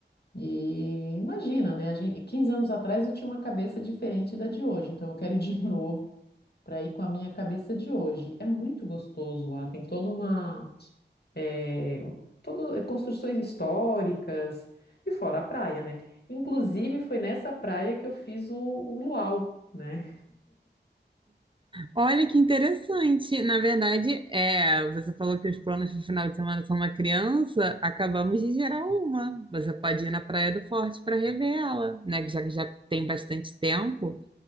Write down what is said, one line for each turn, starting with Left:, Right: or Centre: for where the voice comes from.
Left: E imagina, né? a gen- 15 anos atrás eu tinha uma cabeça diferente da de hoje, então eu quero ir de <laughs> novo para ir com a minha cabeça de hoje. É muito gostoso lá, tem toda uma é, todo, é, construções históricas e fora a praia, né? Inclusive foi nessa praia que eu fiz o, o luau, né?
Right: Olha que interessante. Na verdade, é, você falou que os planos de final de semana são uma criança, acabamos de gerar uma. Você pode ir na Praia do Forte para rever ela, né? Já que já tem bastante tempo.